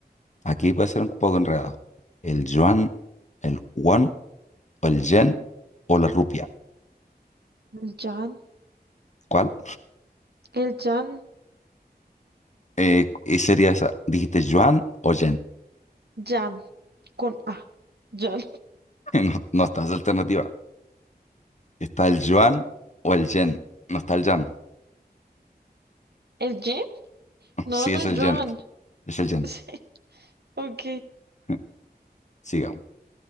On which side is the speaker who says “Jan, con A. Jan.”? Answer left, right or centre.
Right